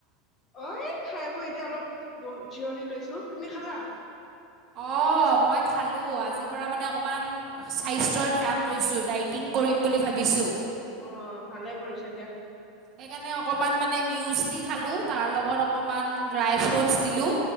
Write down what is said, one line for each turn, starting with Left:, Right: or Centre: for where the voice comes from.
Left: অ, এই খাই বৈ এতিয়া অলপ ব জিৰণি লৈছো, তুমি খালা?
Right: অ, মই খালো। আজিৰ পৰা মানে অকমান স্বাস্থ্যৰ ধ্যান লৈছো, দাইটিং কৰিম বুলি ভাবিছো।
Left: অ', ভালে কৰিছা দিয়া।
Right: সেইকাৰণে অকমান মানে মিউজলি খালো তাৰ লগত অকমান ড্ৰাই ফ্ৰুটছ দিলো